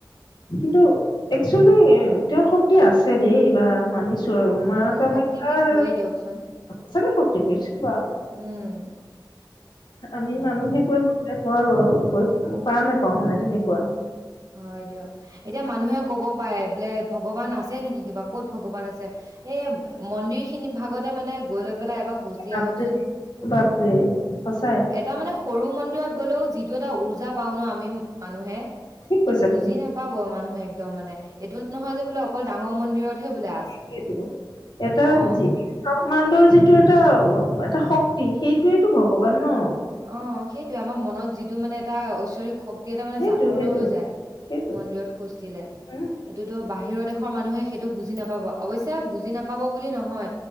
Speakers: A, on the left; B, on the right.
A: কিন্তু, একচুৱেলি দেও শক্তি আছে দেই, বা মানিছো। তোৰ, মা
B: উম
A: কামাখ্যাৰ
B: শক্তিপীঠ হয়ে দিয়কচোন
A: সঁচাকে শক্তিপীত বা তোৰ
B: উম।
A: আমি
B: হয়
A: মানুহে
B: দিয়ক
A: কৈ পাবলে আৰু কৈ পাৰ নোপাও তেনেকুৱা।
B: হয় দিয়ক। এতিয়া মানুহে ক'ব পাৰে, বোলে ভগৱান আছে নেকি, কিবা ক'ত ভগৱান আছে এ? মন্দিৰ খিনি ভাগতে মানে গৈ লৈ পেলাই এবাৰ খোজ দিয়া
A: বাপৰে
B: আহকচোন।
A: বাপৰে সঁচাই।
B: তাৰ মানে সৰু মন্দিৰত গ'লেও যিটো, এটা উৰ্জা পাও ন, আমি মানুহে
A: ঠিক কৈছা
B: বুজি
A: তুমি
B: নাপাব মানুহে একদম মানে, এইটো নহয় যে বোলে অকল ডাঙৰ মন্দিৰতহে বোলো আছে।
A: সেইটো এটা
B: অ।
A: যি ব্ৰহ্মাণ্ডৰ যিটো এটা এটা শক্তি সেইটোয়েটো ভগৱান ন?
B: অ, সেইটয়ে আমাৰ মনত যিটো মানে এটা ঐশ্বৰিক শ এটা মানে
A: সেইটো
B: জাগ্ৰত
A: সেইটো
B: হৈ যায়,
A: সেইটো
B: মন্দিৰত খোজ দিলে
A: উম
B: এইটোতো বাহিৰৰ দেশৰ মানুহে সেইটো বুজি নাপাব। অৱশ্যে বুজি পাব বুলি নহয়,